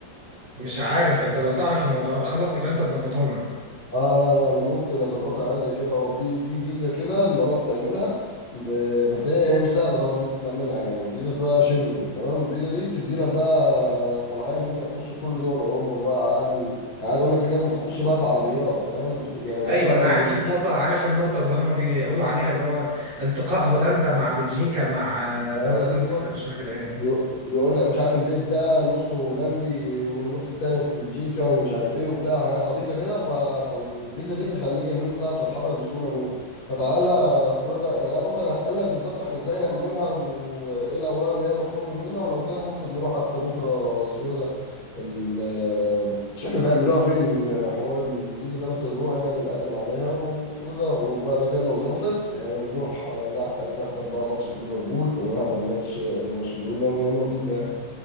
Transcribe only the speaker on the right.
مش عارف انت لو تعرف الموضوع ده خلاص يبقى انت تظبطه لنا
ايوه
انا عارف
النقطه عارف النقطه اللي هم بيقولوا عليها اللي هو التقاء هولندا مع بلجيكا مع آه، دوله
تالته كده مش فاكر ايه